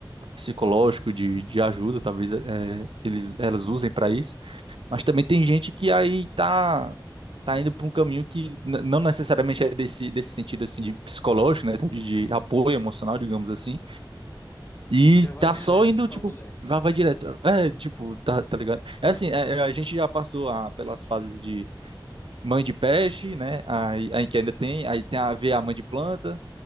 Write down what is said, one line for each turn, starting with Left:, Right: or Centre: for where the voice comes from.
Right: psicológico, de, de ajuda, talvez é, eles, elas usem para isso. Mas também tem gente que aí tá, tá indo para um caminho que n- não necessariamente é desse, desse sentido assim de psicológico, né? De, de apoio emocional, digamos assim. E
Left: Já vai
Right: tá
Left: direto
Right: só indo,
Left: pra
Right: tipo,
Left: boneca.
Right: vai, vai direto. É, tipo, tá, tá ligado? É assim, é- é, a gente já passou a- pelas fases de mãe de peixe, né? Aí, aí que ainda tem, aí tem a ver a mãe de planta,